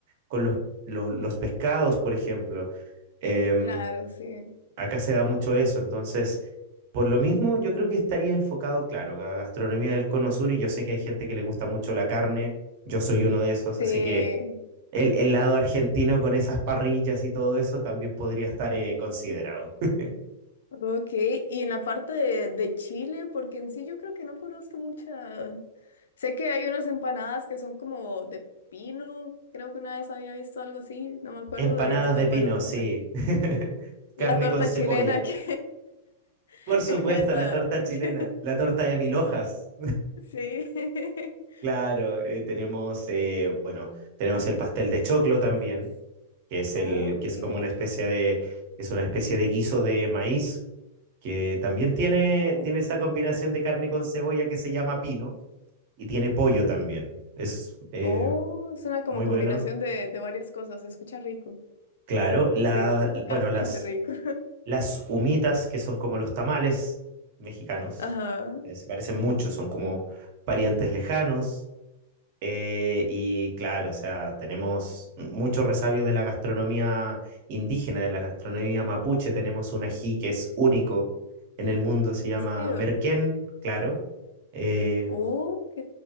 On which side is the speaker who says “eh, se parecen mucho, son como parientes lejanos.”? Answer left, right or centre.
Right